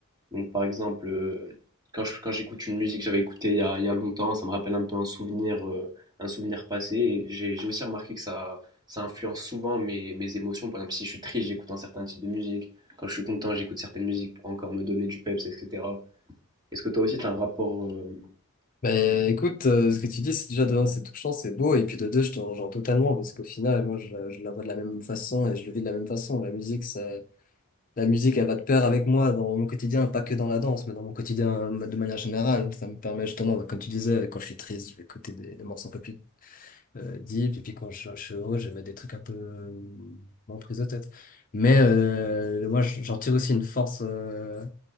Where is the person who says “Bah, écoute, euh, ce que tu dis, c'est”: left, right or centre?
Left